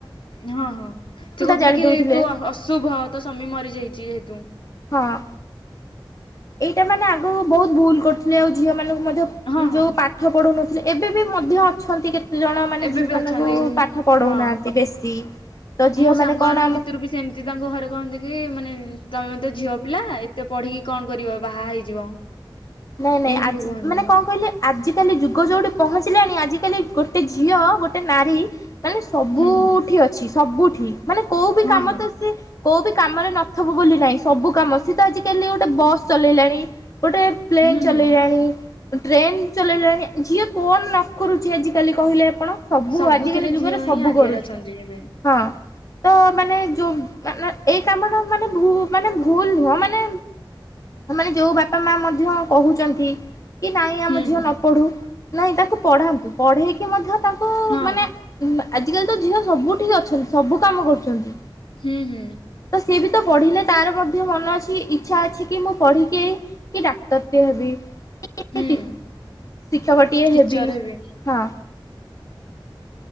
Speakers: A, on the left; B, on the left.
A: ହଁ ହଁ, ସେ କହୁଥିଲେ
B: ଜାଳି
A: କି
B: ଦଉଥିଲେ
A: ତୁ ଅଶୁଭ ତୋ ସ୍ୱାମୀ ମରିଯାଇଛି ଯେହେତୁ।
B: ହଁ। ଏଇଟା ମାନେ ଆଗରୁ ବହୁତ ଭୁଲ କରୁଥିଲେ ଆଉ ଝିଅ ମାନଙ୍କୁ ମଧ୍ୟ
A: ହଁ ହଁ
B: ଯୋଉ ପାଠ ପାଠ ପଢ଼ଉ ନଥିଲେ। ଏବେ ବି ମଧ୍ୟ ଅଛନ୍ତି କେତେ ଜଣ ମାନେ
A: ଏବେ
B: ଝିଅ
A: ବି
B: ମାନଙ୍କୁ
A: ଅଛନ୍ତି
B: ପାଠ ପଢ଼ଉ
A: ହଁ
B: ନାହାନ୍ତି ବେଶୀ। ତ ଝିଅ
A: ମୋ ସାଙ୍ଗ
B: ମାନେ କଣ
A: ମାନଙ୍କ
B: ଆମ
A: ଭିତରୁ ବି ସେମିତି ତାଙ୍କ ଘରେ କହନ୍ତି କି ମାନେ ତମେ ମତେ ଝିଅ ପିଲା ଏତେ ପଢ଼ି କି କଣ କରିବ ବାହା ହେଇଯିବ। <inaudible>
B: ନାଇଁ ନାଇଁ
A: ଏମିତି
B: ଆଜି
A: ବି କୁହନ୍ତି।
B: ମାନେ କଣ କହିଲେ ଆଜିକାଲି ଯୁଗ ଯେଉଁଠି ପହଞ୍ଚିଲାଣି, ଆଜିକାଲି ଗୋଟେ ଝିଅ ଗୋଟେ ନାରୀ ମାନେ ସବୁଠି
A: ହୁଁ ହୁଁ
B: ଅଛି ସବୁଠି। ମାନେ କୋଉ ବିି
A: ହଁ
B: କାମ
A: ହଁ
B: ତ ସେ କୋଉ ବି କାମରେ ନଥିବୁ ବୋଲି ନାହିଁ ସବୁ କାମ। ସିଏ ତ ଆଜିକାଲି ଗୋଟେ ବସ୍ ଚଲେଇଲାଣି, ଗୋଟେ ପ୍ଲେନ୍
A: ହୁଁ
B: ଚଲେଇଲାଣି
A: ହୁଁ
B: ଟ୍ରେନ୍ ଚଲେଇଲାଣି। ଝିଅ କଣ ନ କରୁଛି ଆଜିକାଲି କହିଲେ ଆପଣ। ସବୁ
A: ସବୁଥିରେ
B: ଆଜିକାଲି ଯୁଗରେ
A: ଝିଅ
B: ସବୁ
A: ହିଁ ଆଗରେ
B: କରୁଛି।
A: ଅଛନ୍ତି ଏବେ।
B: ହଁ ତ ମାନେ ଯୋଉ ମାନେ ଏଇ କାମର ମାନେ ଭୁ ମାନେ ଭୁଲ ନୁହଁ ମାନେ ମାନେ ଯୋଉ ବାପା ମା ମଧ୍ୟ କହୁଛନ୍ତି କି ନାଇଁ
A: ହୁଁ
B: ଆମ ଝିଅ
A: ହୁଁ
B: ନ ପଢ଼ୁ। ନାହିଁ ତାକୁ ପଢ଼ାନ୍ତୁ ପଢ଼େଇକି ମଧ୍ୟ ତାଙ୍କୁ
A: ହଁ।
B: ମାନେ ଆଜିକାଲି ତ ଝିଅ ସବୁଠି ଅଛନ୍ତି ସବୁ କାମ କରୁଛନ୍ତି।
A: ହୁଁ ହୁଁ।
B: ତ ସିଏ ବି ତ ପଢ଼ିଲେ ତାର ମଧ୍ୟ ମନ ଅଛି, ଇଚ୍ଛା ଅଛି କି ମୁଁ ପଢ଼ି କି ଏଇ କି ଡାକ୍ତର ଟିଏ ହେବି, <unintelligible>
A: ହୁଁ
B: ଶିକ୍ଷକ ଟିଏ
A: ଟିଚର
B: ହେବି।
A: ହେବେ
B: ହଁ।